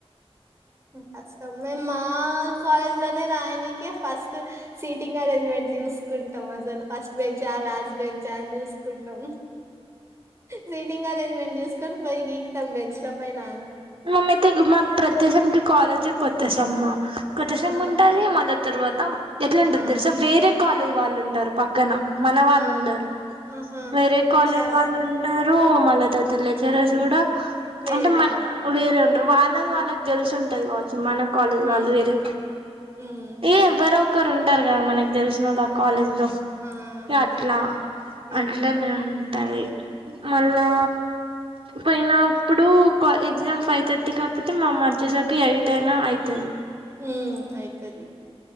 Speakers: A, on the right (about 25°); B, on the right (about 60°).
A: కష్ట మేమా ఆ కాలేజ్ లోనే రాయనికే ఫస్ట్ సీటింగ్ అరేంజ్మెంట్ చూసుకుంటాం. అసలు ఫస్ట్ పెంచా లాస్ పెంచా అని చూసుకుంటాము. సీటింగ్ అరేంజ్మెంట్ చేూసుకొని పోయి గీక్తను బెంచ్ ల పైనా
B: మమైతే మా ప్రదేశంకి కాలేజ్ కొత్త సమ్మ కొత్త సమ్
A: ఆ
B: ఉంటది మళ్ళ తర్వాత ఎట్లాంటది
A: అవును
B: తెలుసా వేరే కాలేజ్ వాళ్ళు ఉంటారు పక్కన మన వాళ్ళు
A: ఆ
B: ఉండరు
A: ఆహా
B: వేరే కాలేజ్
A: చా
B: వాళ్ళు ఉంటారు. న్ మల్ల తర్వాత లెక్చర్స్ కూడా
A: వేరే
B: అంటే మన వేరే ఉం వాళ్ళది
A: ఆ
B: వాళ్ళకి తెలుసు ఉంటది కా మన కాలేజ్
A: ఉమ్
B: వాళ్ళు ఏదో
A: ఉమ్
B: ఏ ఎవరో ఒక్కరు ఉంటారు కదా మనకి తెలిసిన వాళ్ళు ఆ కాలేజ్ లో
A: ఆ అంతేగా
B: అట్లా
A: ఉమ్
B: అట్లనే ఉంటాది మళ్ళా పోయినప్పుడు ఎగ్జామ్ ఫైవ్ థర్టీ కాబట్టి మా మధ్యసకి ఎయిట్ అయినా అవుతుంది
A: ఉ అవుతుది